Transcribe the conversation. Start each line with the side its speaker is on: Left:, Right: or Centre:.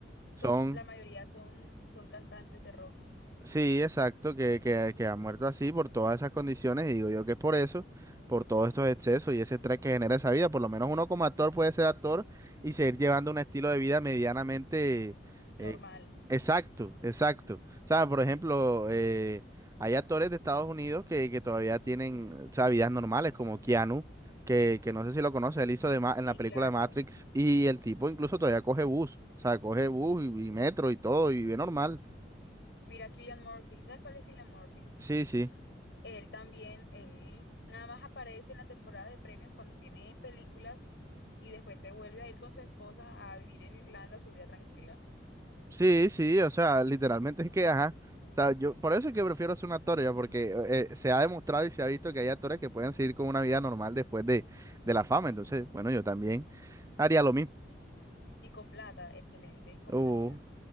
Left: Son,
Right: Son...
Left: la mayoría son, son cantantes de rock
Right: Sí, exacto, que, que, que ha muerto así por todas esas condiciones y digo yo que es por eso, por todos estos excesos y ese estrés que genera esa vida, por lo menos uno como actor puede ser actor y seguir llevando un estilo de vida medianamente
Left: normal.
Right: eh, exacto, exacto. O sea, por ejemplo, eh, hay actores de Estados Unidos que, que todavía tienen, o sea, vidas normales como Keanu, que, que no sé si lo conoce, él hizo de ma- en
Left: Sí,
Right: la película
Left: claro.
Right: de Matrix y el tipo incluso todavía coge bus, o sea, coge bus y y metro y todo y vive normal.
Left: Mira Killian Murphy. ¿Sabes cuál es Killian Murphy?
Right: Sí, sí.
Left: Él también, él nada más aparece en la temporada de premios cuando tiene películas y después se vuelve a ir con su esposa a vivir en Irlanda su vida tranquila.
Right: Sí, sí, o sea, literalmente es que, ajá, o sea, yo, por eso es que prefiero ser un actor ya, porque eh, se ha demostrado y se ha visto que hay actores que pueden seguir con una vida normal después de, de la fama, entonces, bueno, yo también haría lo mismo.
Left: Y con plata, excelente combinación.
Right: Uh,